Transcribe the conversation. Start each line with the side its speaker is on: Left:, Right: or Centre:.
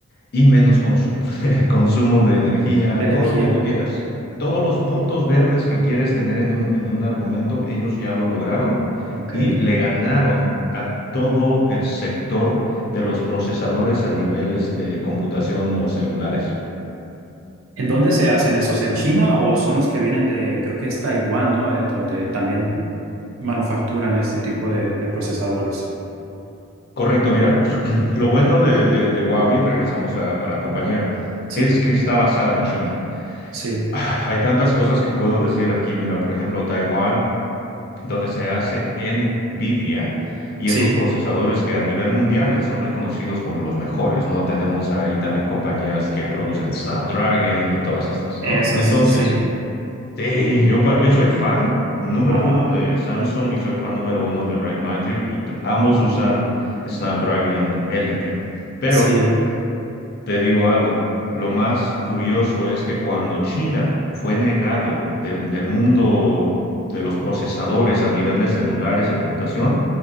Left: y menos consu- <laughs> consumo de energía,
Right: de energía.
Left: todo lo que tú quieras. Todos los puntos verdes que quieres tener en un, en un argumento, ellos ya lo lograron
Right: Ok.
Left: y le ganaron a todo el sector de los procesadores a nivel este, computación o celulares.
Right: ¿En dónde se hacen esos? ¿En China o son los que vienen de, creo que es Taiwán, ¿no? Eh, donde también manufacturan este tipo de, de procesadores.
Left: Correcto, mira, <clears throat> lo bueno de, de- de Huawei, regresamos a, a la compañía,
Right: Sí,
Left: es que está basada en China. <sighs>
Right: sí,
Left: Ah, Hay tantas cosas que puedo decir aquí, mira, por ejemplo, Taiwán. donde se hace NVIDIA y
Right: sí.
Left: esos procesadores que a nivel mundial eh, son reconocidos como los mejores, ¿no? Tenemos ahí también compañías que producen Snapdragon y todas estas,
Right: Esas,
Left: ¿no? Entonces,
Right: sí.
Left: sí, yo, pa- yo soy fan número
Right: Ajá.
Left: uno de Samsung y soy fan número uno de Red Magic y t- ambos usan Snapdragon Elite. Pero
Right: Sí.
Left: te digo algo, lo más curioso es que cuando China fue negado del, del mundo de los procesadores a nivel de celulares y computación,